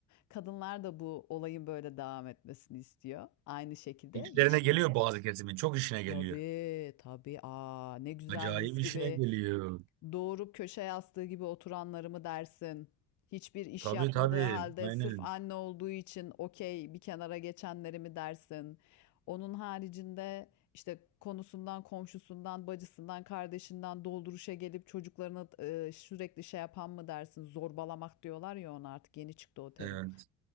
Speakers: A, on the left; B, on the right.
A: Kadınlar da bu olayın böyle devam etmesini istiyor. Aynı şekilde
B: İşlerine
A: hiç şey
B: geliyor bazı kesimin çok işine
A: Tabii
B: geliyor.
A: tabii. Aa, ne güzel
B: Acayip
A: mis gibi.
B: işine geliyor.
A: Doğurup köşe yastığı gibi oturanları mı dersin? Hiçbir iş
B: Tabii
A: yapmadığı
B: tabii.
A: halde
B: Aynen.
A: sırf anne olduğu için okey bir kenara geçenleri mi dersin? Onun haricinde işte konusundan, komşusundan, bacısından, kardeşinden dolduruşa gelip çocuklarını e, sürekli şey yapan mı dersin? Zorbalamak diyorlar ya ona artık yeni çıktı o terim.
B: Evet.